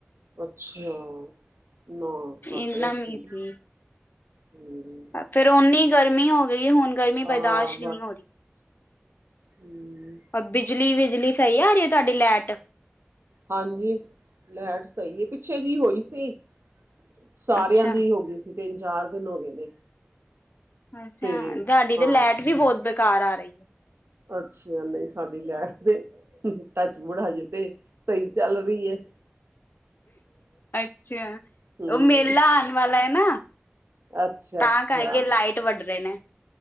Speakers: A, on the right; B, on the left.
A: ਅੱਛਾ, ਨਾ ਸਾਡੇ
B: ਇੰਨਾ
A: ਐਥੇ
B: ਮੀਂਹ
A: ਨੀ,
B: ਸੀ।
A: ਹੂੰ।
B: ਫੇਰ ਓਨੀ ਗਰਮੀ ਹੋ ਗਈ ਏ, ਹੁਨ ਗਰਮੀ ਬਰਦਾਸ਼
A: ਹਾਂ
B: ਵੀ ਨੀ ਹੋ ਰੀ।
A: ਹੂੰ।
B: ਅ ਬਿਜਲੀ-ਬਿਜਲੀ ਸਈ ਆ ਰੀ ਏ ਤੂਆਡੀ ਲੈਟ?
A: ਹਾਂਜੀ, ਲੈਟ ਸਈ ਏ, ਪਿੱਛੇ ਜੀ ਹੋਈ ਸੀ। ਸਾਰੇਆਂ
B: ਅੱਛਾ
A: ਦੀ ਹੋ ਗਈ ਸੀ, ਤਿੰਨ-ਚਾਰ ਦਿਨ ਹੋ ਗਏ ਨੇ।
B: ਅੱਛਾ,
A: ਤੇ
B: ਸਾਡੀ ਤੇ
A: ਹਾਂ
B: ਲੈਟ ਵੀ ਬੋਤ ਬੇਕਾਰ ਆ ਰੀ ਏ।
A: ਅੱਛਾ, ਨਈ ਸਾਡੀ ਲੈਟ ਦੇ ਟੱਚ ਵੂਡ, ਹਜੇ ਤੇ ਸਈ ਚੱਲ ਰੀ ਏ।
B: ਅੱਛਾ,
A: ਹਮ
B: ਓ ਮੇਲਾ ਆਨ ਵਾਲਾ ਏ ਨਾ।
A: ਅੱਛਾ
B: ਤਾਂ
A: ਅੱਛਾ
B: ਕਾਰਕੇ ਲਾਈਟ ਵੱਡ ਰੇ ਨੇ।